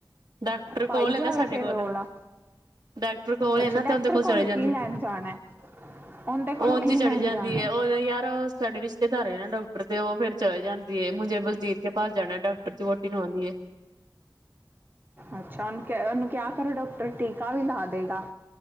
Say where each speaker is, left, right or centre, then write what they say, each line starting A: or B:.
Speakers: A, on the right; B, on the right.
A: ਡਾੱਕਟਰ
B: ਪਾਈ
A: ਕੋਲ
B: ਜਾਵੇ
A: ਏ ਨਾ ਸਾੱਡੇ
B: ਫਿਰ
A: ਕੋਲ।
B: ਰੋਲਾ
A: ਡਾੱਕਟਰ ਕੋਲ
B: ਅੱਛਾ
A: ਏ ਨਾ
B: ਡਾਕਟਰ
A: ਤੇ ਉਦੇ ਕੋਲ ਚਲੇ
B: ਕੀ
A: ਜਾਂਦੀ।
B: ਲੈਣ ਜਾਣਾ ਹੈ? ਉਹਦੇ ਕੋਲੋਂ
A: ਉਹ ਓਂਜੀ
B: ਕੀ
A: ਚਲੀ
B: ਲੈਣ
A: ਜਾਂਦੀ
B: ਜਾਣਾ
A: ਏ
B: ਹੈ?
A: ਉਹ ਨ ਯਾਰ ਸਾੱਡੇ ਰਿਸ਼ਤੇਦਾਰ ਏਨਾ ਡਾੱਕਟਰ ਤੇ ਉਹ ਫੇਰ ਚਲੇ ਜਾਂਦੀਏ ਮੁਝੇ ਬਲਜੀਤ ਕੇ ਪਾਸ ਜਾਣਾ ਏ ਡਾੱਕਟਰ ਦੀ ਵੋਟੀ ਨ ਆਉਂਦੀ ਏ।
B: ਅੱਛਾ ਉਹਨੂੰ ਕਿਹਾ, ਉਹਨੂੰ ਕਿਆ ਕਰੋ ਡਾਕਟਰ ਟੀਕਾ ਵੀ ਲਾ ਦਿੰਦਾ।